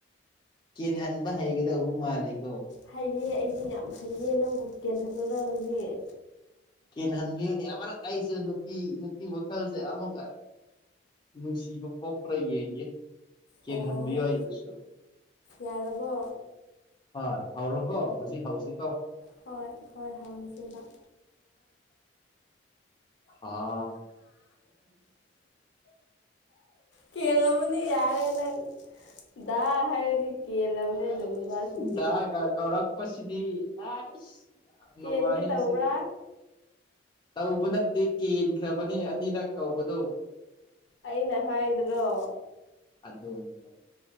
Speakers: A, on the left; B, on the left.
A: ꯀꯩꯅꯍꯟꯕ ꯍꯩꯒꯗ ꯑꯣꯕꯨ ꯃꯥꯂꯤꯛ
B: ꯍꯩꯌꯦ ꯑꯩꯗꯤ ꯌꯥꯝ ꯍꯩꯌꯦ ꯅꯪꯕꯨ ꯀꯦꯜꯍꯜꯂꯨꯔ ꯍꯧꯖꯤꯛ
A: ꯀꯍꯟꯕꯤꯌꯨꯅꯦ ꯑꯃꯅꯛ ꯑꯩꯁꯦ ꯅꯨꯄꯤ ꯅꯨꯄꯤ ꯋꯥꯈꯜꯁꯦ ꯑꯃꯨꯛ ꯅꯨꯡꯁꯤꯕ ꯄꯣꯛꯄ꯭ꯔꯌꯦꯒꯦ ꯀꯦꯟꯍꯥꯟꯕꯤ
B: ꯑꯣ
A: ꯍꯥꯏꯒꯁꯁꯨ
B: ꯌꯥꯔꯕꯣ
A: ꯍ ꯍꯥꯎꯔꯣꯀꯣ ꯍꯧꯖꯤꯛ ꯍꯥꯎꯁꯦ
B: ꯍꯣꯏ ꯍꯣꯏ ꯍꯧꯔꯁꯦꯕꯗ
A: ꯍꯥꯥ
B: ꯀꯦꯜꯂꯝꯅꯤ ꯌꯥꯔꯦ ꯅꯪ ꯗꯥ ꯍꯥꯏꯔꯗꯤ ꯀꯦꯜꯂꯕꯅꯦ ꯑꯗꯨꯝ
A: ꯑꯁ
B: ꯅꯨꯄꯥꯁꯤꯡꯗꯤ
A: ꯗꯒ ꯀꯧꯔꯛꯄꯁꯤꯗꯤ ꯑꯁ ꯅꯉꯁꯦ
B: ꯀꯦꯟꯒꯦ ꯇꯧꯕ꯭ꯔꯥ
A: ꯇꯧꯕ ꯅꯠꯇꯦ ꯀꯦꯟꯈ꯭ꯔꯕꯅꯤ ꯑꯅꯤꯔꯛ ꯀꯧꯕꯗꯨꯣ
B: ꯑꯩꯅ ꯍꯥꯏ꯭ꯔꯣ
A: ꯑꯗꯨꯅꯤꯅꯦ